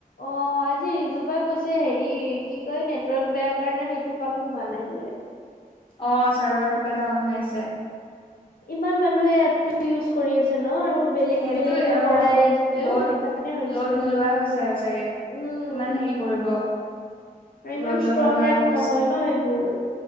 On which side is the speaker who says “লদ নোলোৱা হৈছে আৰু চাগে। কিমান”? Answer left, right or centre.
Left